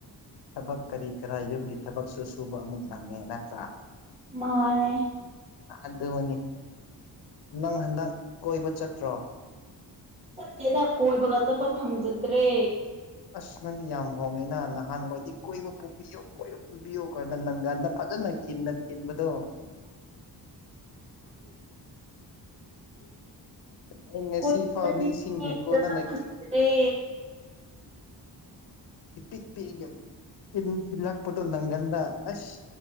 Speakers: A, on the left (about 75°); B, on the right (about 15°).
A: ꯊꯕꯛ ꯀꯔꯤ ꯀꯔꯥ ꯌꯨꯝꯒꯤ ꯊꯕꯛꯁꯨ ꯁꯨꯕ ꯑꯃꯨꯛ ꯅꯪꯉꯦ ꯅꯠꯇ꯭ꯔꯥ
B: ꯃꯥꯔꯦ
A: ꯑꯗꯨꯅꯤ ꯅꯪ ꯍꯟꯗꯛ ꯀꯣꯏꯕ ꯆꯠꯇ꯭ꯔꯣ
B: ꯆꯠꯇꯠꯇꯦꯗ ꯀꯣꯏꯕꯒ ꯆꯠꯄ ꯐꯪꯖꯗ꯭ꯔꯦ
A: ꯑꯁ ꯅꯪꯗꯤ ꯌꯥꯝ ꯍꯣꯡꯉꯤꯅ ꯅꯍꯥꯟꯋꯥꯣꯏꯗꯤ ꯀꯣꯏꯕ ꯄꯨꯕꯤꯌꯨ ꯀꯣꯏꯨ ꯀꯌꯒ ꯅ ꯅꯪ ꯐꯖꯟꯅ ꯀꯤꯟꯅ ꯀꯤꯟꯕꯗꯣ ꯑꯩ ꯉꯁꯤ
B: ꯀꯣꯏꯕ
A: ꯐꯥꯎ
B: ꯆꯠꯅꯤꯡꯉꯦ
A: ꯅꯤꯡꯁꯤꯡꯉꯦꯀꯣꯅꯅꯛꯀꯤ
B: ꯆꯠꯄ ꯐꯪꯗ꯭ꯔꯦ <unintelligible>
A: ꯏ ꯄꯤ ꯄꯤꯒꯦꯝ ꯤꯟ ꯊꯤꯜꯂꯛꯄꯗꯣ ꯅꯪꯒꯟꯗ ꯑꯁ